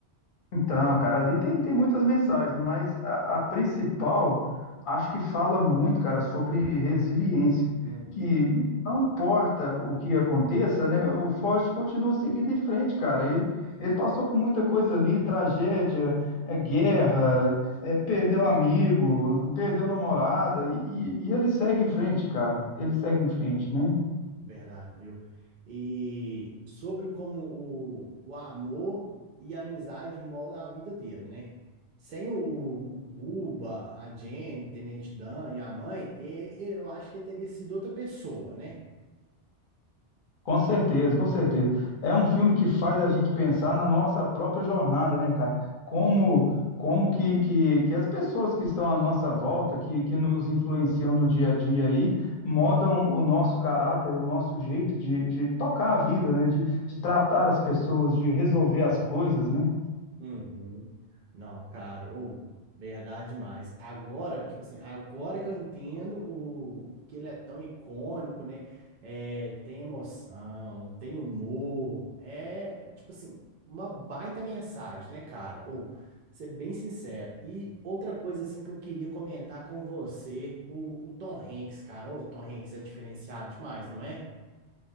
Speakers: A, on the left; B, on the right.
A: Então, cara, ali tem, tem muitas mensagens, né? mas a, a principal acho que fala muito, cara, sobre resiliência,
B: Uhum.
A: que não importa o que aconteça, né? O Forte continua seguindo em frente, cara. Ele, ele passou por muita coisa ali, tragédia, é, guerra, é, perdeu amigo, perdeu namorada, e, e ele segue em frente, cara. Ele segue em frente, né?
B: Verdade, viu? E sobre como o, o amor e a amizade moldam a vida dele, né? Sem o, o o Buba, a Jenny, Tenente Dan e a mãe, e- e- eu acho que ele teria sido outra pessoa, né?
A: Com certeza, com certeza. É um filme que faz a gente pensar na nossa própria jornada, né, cara? Como, como que, que, que as pessoas que estão à nossa volta, que, que nos influenciam no dia a dia aí, modam o nosso caráter, o nosso jeito de, de tocar a vida, né? De, de tratar as pessoas, de resolver as coisas, né?
B: Uhum. Não, cara, ou verdade demais. Agora, tipo assim, agora que eu entendo o, o porque ele é tão icônico, né? É, tem emoção, tem humor, é, tipo assim, uma baita mensagem, né, cara? Ou ser bem sincero. E outra coisa assim que eu queria comentar com você, o, o Tom Hanks, cara, ou o Tom Hanks é diferenciado demais, não é?